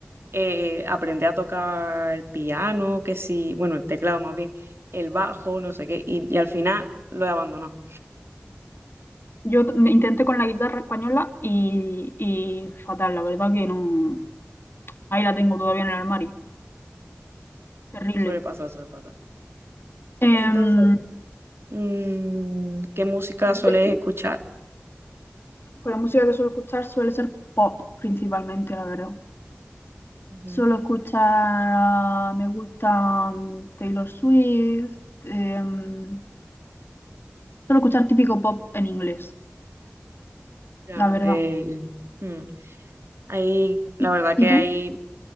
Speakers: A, on the right; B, on the left.
A: eh, aprendí a tocar el piano, que sí, bueno, el teclado más bien, el bajo, no sé qué, y, y al final lo he abandonado.
B: yo t- intenté con la guitarra española y, y fatal, la verdad que no. Ahí la tengo todavía en el armario. Terrible.
A: Suele pasar, suele pasar.
B: Em,
A: Entonces, mm, ¿qué música sueles
B: de-
A: escuchar?
B: pues la música que suelo escuchar suele ser pop principalmente, la verdad.
A: Ujú.
B: Suelo escuchar, ah, me gusta mm, Taylor Swift, em, suelo escuchar típico pop en inglés,
A: Claro,
B: la verdad.
A: eh, mm, hay, la
B: ¿Y,
A: verdad
B: y
A: que
B: tú?
A: hay,